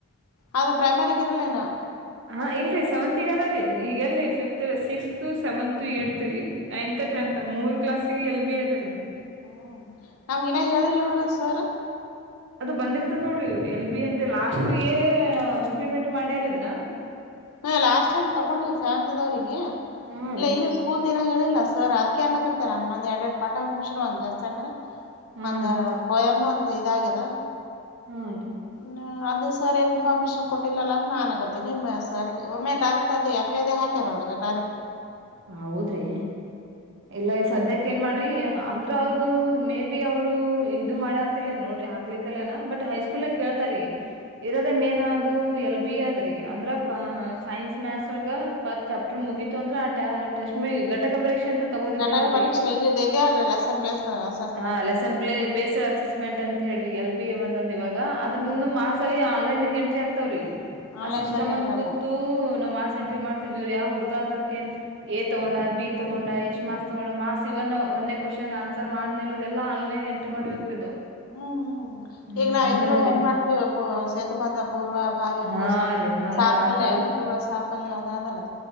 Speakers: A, on the left; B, on the right.
A: ಅದು ಪ್ರೈಮರಿಗ್ ಇರಲೇನ.
B: ಹಾ ಇಲ್ರಿ ಸೆವೆಂತಿಗ್ ಅದ ರೀ ಈಗೆಲ್ಲಿ ಫಿಫ್ತ್ ಸಿಕ್ಸ್ ಸೆವೆಂತ್ ಏತ್ ಅದ ರಿ. ನೈನ್ತ್ ಟೆಂತ್ ಮೂರ್ ಕ್ಲಾಸ್ ಗೆ ಎಲ್ ಬಿ ಅದ ರೀ.
A: ಹ್ಮ ನಮ್ಗಿನ ಹೇಳಿಲ್ ನೋಡ್ರಿ ಸರ್ರು.
B: ಅದು ಬಂದಿರ್ತದ್ ನೋಡ್ರಿ ಎಲ್ ಬಿ ಅಂತೆ ಲಾಸ್ಟ್ ಏರ ಇಂಪ್ಲಿಮೆಂಟ್ ಮಾಡ್ಯಾರ ಅದನ.
A: ಹಾ ಲಾಸ್ಟ್ ಟೈಮ್ ತಗೊಂಡಿದ್ದ ಸೆವೆಂತದವರಿಗೆ
B: ಹಾ
A: ಇಲ್ಲ
B: ರೀ
A: ಇಲ್ಲಿ. ಸ್ಕೂಲ್ ದಿನ ಹೇಳಿಲ್ಲ ಸರ್ ಅದ್ಕ ಅನ್ನಗತ್ತೆ ಬಂದ್ ಎರಡ್ ಎರಡು ಪಾಠ ಮುಗ್ಸನ ಒಂದ್ಸನ.
B: ಹಾನ್
A: ಒಂದ
B: ರೀ
A: ಪೊಯಾಮು ಒಂದು ಇದಾಗ್ಯದ.
B: ಹಾನ್ ರೀ
A: ಹ್ಮ ಅದು ಸರಿ ಇನ್ಫಾರ್ಮೇಶನ್ ಕೊಟ್ಟಿಲ್ಲಲ ಅಂತ ನಾನ್ ಆಗತ್ತೀನಿ -- ಸರಿ ಒಮ್ಮೆ ಡರೆಕ್ಟ್ ಅದ ಎಫ್ ಎದೆ ಹಾಕ್ಯಾರ ಅವ್ರ್ ಡೈರೆಕ್ಟ್.
B: ಹ ಹೌದ್ರಿ ಇಲ್ಲ ಈ ಸದ್ಯಕ್ಕೆ. ಏನ್ ಮಾಡ್ರಿ ಅಂದ್ರ ಅವ್ರದು ಮೇ ಬಿ ಅವ್ರು ಇದು ಮಾಡ ಆಕ್ತಿಲ್ಲ ನೋಡ್ರಿ ಹಾಕ್ಲಿತ್ಲ್ಲೇನ ಬಟ್ ಹೈಸ್ಕೂಲ್ ಸ್ಕೂಲ್ ಕೇಳ್ತಾರಿ ಇರೋದೇ ಮೇನ್ ಅದು ಎಲ್ ಬಿ ಅದ. ಅಂದ್ರ ಸೈನ್ಸ್ ಮ್ಯಾತ್ಸ್ ಪರ್ ಚಾಪ್ಟರ್ ಮುಗೀತು ಅಂದ್ರೆ ಆ ಟೆಸ್ಟ್ ಮಿ ಘಟಕ ಪರೀಕ್ಷೆ ಅಂತ. ತಗೋದದ್ದೇವಲ್ರರಿ
A: ಘಟಕ ಪರೀಕ್ಷೆ ಇದ ಇದೆಯ ಅಲ್ರಿ ಲೆಸನ್ ಬೇಸ್ಡ್ ಅಸೆಸ್ಮೆಂಟ್
B: ಹ ಲಸನ್ ಬ್ಲೆ ಬೇಸ ಮೆಂಟ್ ಅಂತ್ ಹೇಳ್ರಿ ಎಲ್ ಬಿ ಬಂದದ್ ಇವಾಗ
A: ಹ್ಮ್
B: ಅದ್ರನು ಮಾಸಲಿ ಆನ್ಲೈನ್ ಎಂಟ್ರಿ ಆಗ್ತಾವ್ರಿ.
A: ಆನ್ಲೈನ್ದಾಗ
B: ಆ ಸಿಸ್ಟಮ್ ಮುಂದ್
A: ಎಂಟ್ರಿ
B: ಕೂತು
A: ಆತ
B: ನಮ್ಮ್ ಮಾಸ ಎಂಟ್ರಿ ಮಾಡ್ತಿದ್ವಿರಿ ಆ ಹುಡುಗ ಆದಿಕ್ಕ ಏನ್ ಎ ತಗೊಂಡ ಬಿ ತಗೊಂಡ ಎಷ್ಟ್ ಮಾಸ್ ತಗೊಂಡ ಮಾರ್ಸ್ ಇವನ್ ಒಂದ ಕ್ವಶನ್ ಆನ್ಸರ್ ಮಾಡ್ ಇಲ್ಲ ಎಲ್ಲಾ ಅನ್ ಲೈನಾಗೆ. ಮಾಡಬೇಕ್ ಇದು.
A: ಹ್ಮ್ ಹ್ಮ್
B: ಹ್ಮ್
A: ಈಗ ನಾವ
B: ಹಂಗದರಿ
A: ಇದ್ರು ಹೆಂಗ ಮಾಡ್ತೀವಿ ಪೂ ಸೇತುಪಂದ ಪೂರ್ವ ಬಾವಿ
B: ಹಾ
A: ಪೂಸ
B: ರೀ ಹಂಗ
A: ಸಾಫಲ್ಯ
B: ಆತರದ್
A: ಪೂರ ಸಾಫಲ್ಯ ಯಾವ್ದಲ್ಲ.